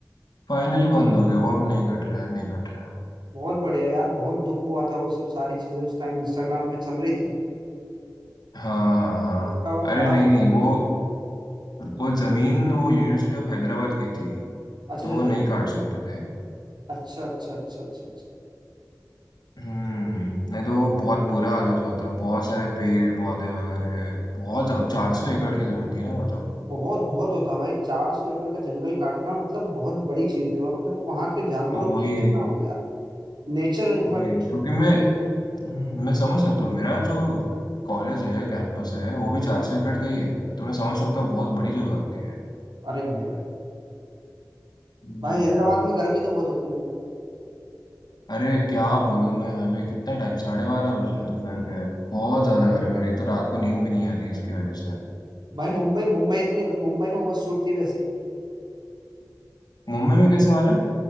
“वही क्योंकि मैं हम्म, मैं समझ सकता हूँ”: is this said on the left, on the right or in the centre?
Left